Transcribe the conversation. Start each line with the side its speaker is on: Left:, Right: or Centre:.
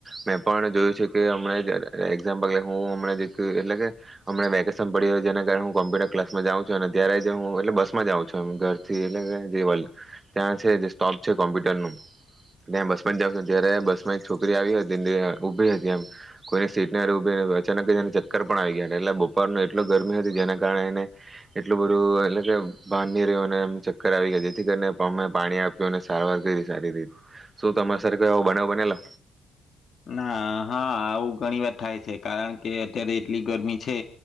Right: મેં પણ જોયું છે કે હમણાં <inaudible> એક્ઝામ્પલ કે હું હમણાં જ એક એટલે કે હમણાં વેકેશન પડી હોય જેના કારણે હું કોમ્પ્યુટર ક્લાસમાં જાઉં છું. અને ત્યારે જ હું એટલે બસ માં જાઉં છું એમ ઘરથી એટલે કે રિવલ ત્યાં છે જે સ્ટોપ છે કોમ્પ્યુટરનું ત્યાં બસમાં જ જાઉં છું. ત્યારે બસ માં એક છોકરી આવી હતી ઉભી હતી એમ કોઈની સીટ ત્યાં ઉભી રહી ને, અચાનક જ એને ચક્કર પણ આવી ગયા. એટલે બપોર નો એટલો ગરમી હતી જેના કારણે એને એટલું બધું એટલે કે ભાન ની રહ્યું અને અને આમ ચક્કર આવી ગયા જેથી કરીને અમે પાણી આપ્યું અને સારવાર કરી સારી રીતે. શું તમારે સાથે આવો કોઈ બનાવ બનેલો?
Left: ના હા આવું ઘણી વાર થાય છે. કારણ કે, અત્યારે એટલી ગરમી છે